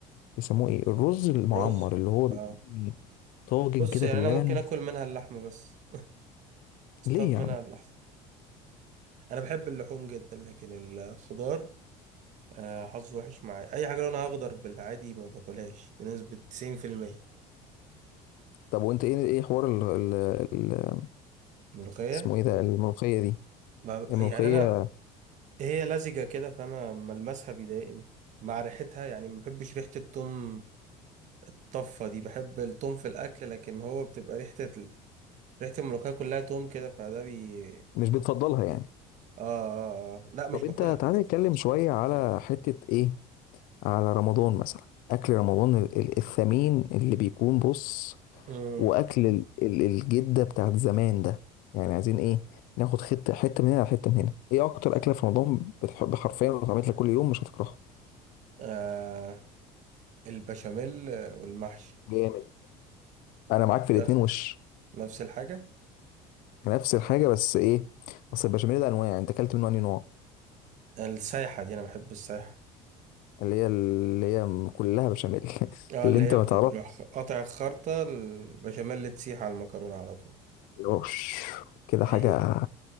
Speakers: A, on the left; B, on the right.
A: بيسموه ايه الرز المعمر
B: رز
A: اللي هو بيكون
B: آه.
A: طاجن
B: بص
A: كده
B: يعني
A: باللبن
B: انا ممكن اكل منها اللحمه بس اصطاد
A: ليه يا
B: منها
A: عم
B: اللحم انا بحب اللحوم جدا لكن الخضار آه، حظه وحش معايا اي حاجه لونها اخضر بالعادي ما باكلهاش بنسبه 90%
A: طب وانت ايه ايه حوار ال ال ال
B: ملوخيه
A: اسمه ايه ده الملوخيه دي
B: ما-
A: الملوخيه
B: يعني انا هي لزجه كده فانا ما المسها بيضايقني مع ريحتها يعني ما بحبش ريحه التوم الطفه دي بحب التوم في الاكل لكن هو بتبقى ريحه ال... ريحه الملوخيه كلها توم كده فده بي
A: مش بتفضلها يعني
B: آه, آه, اه لا مش
A: طب
B: باكلها
A: انت تعالى
B: خالص
A: نتكلم شويه على حته ايه على رمضان مثلا اكل رمضان ال- ال- الثمين اللي بيكون بص
B: امم
A: واكل ال- ال- الجده بتاعت زمان ده يعني عايزين ايه ناخد حته حته من هنا على حته من هنا ايه اكتر اكله في رمضان بتحب حرفيا لو اتعملت لك كل يوم مش هتكرهها
B: آه البشاميل والمحشي
A: جامد انا معاك
B: ده
A: في الاتنين وش
B: نفس الحاجه
A: نفس الحاجه بس ايه اصل البشاميل ده انواع انت اكلت منه انهي نوع
B: السايحة دي أنا بحب السايحة
A: اللي هي اللي هي كلها بشاميل <laughs>
B: اه
A: اللي
B: اللي
A: انت
B: هي
A: ما
B: بتروح
A: تعرفش
B: قاطع الخرطة البشاميل تسيح على المكرونة على طول
A: اللي هو ش- كده حاجه
B: هي دي